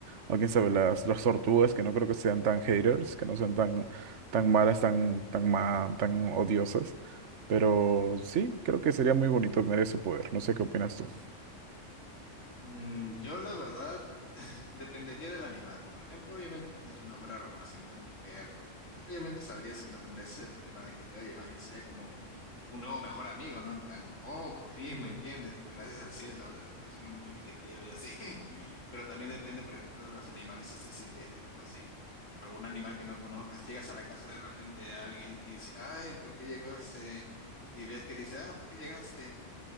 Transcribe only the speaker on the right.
o quién sabe, las, las tortugas, que no creo que sean tan haters, que no sean tan, tan malas, tan, tan, ma- tan odiosas. Pero sí, creo que sería muy bonito tener ese poder. No sé qué opinas tú.